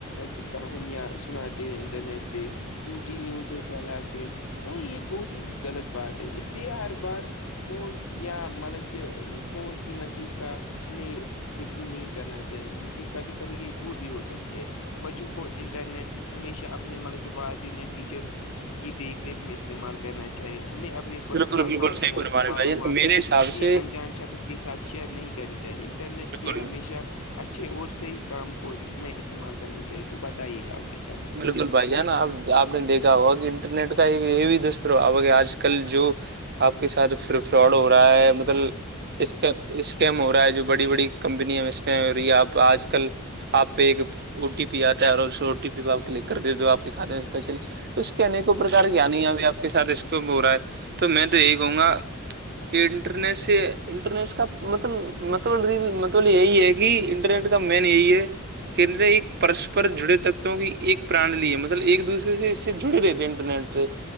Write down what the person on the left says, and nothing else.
کی کہانیاں سناتے ہیں انٹرنیٹ پہ جو ٹی نیوز ہے پھیلاتے ہیں تو یہ بہت ہی غلط بات ہے اس لیے ہر بار فون یا مطلب کہ فون کی میسج کا ہمیں یقین نہیں کرنا چاہی کیکہ کبھی کبھی یہ جھوٹ بھی ہو سکتی ہے بچوں کو انٹرنیٹ ہمیشہ اپنے مطلب کہ ودین یا ٹیچرس کی دیکھ ریکھ میں استعمال کرنا چاہیے ہمیں اپنے پرسنل
ملک
معلومات
کسی
انجان شخص کے ساتھ شیئر نہیں کرنی چاہیے انٹرنیٹ
کے ہمیشہ اچھے اور صحیح کام کو اس میں استعمال کرنا چاہیے تو بتائیے آپ بھی کیا بتا
رہے تھے
ہاں
بھائی جان
ہاں بھائی